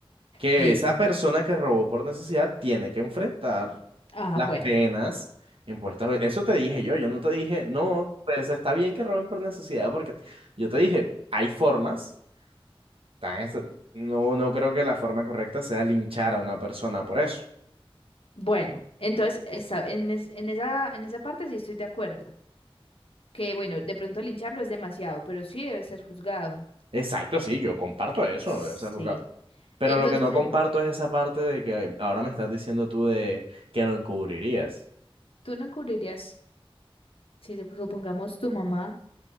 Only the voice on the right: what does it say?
que
esa persona que robó por necesidad tiene que enfrentar
las
penas impuestas. Eso te dije yo, yo no te dije, no, pues está bien que roben por necesidad, porque yo te dije, hay formas, tan est- no, no creo que la forma correcta sea linchar a una persona por eso.
Exacto, sí, yo comparto eso,
esa jugada. Pero
lo que no comparto
es esa parte de que ahora me estás diciendo tú de que lo encubrirías.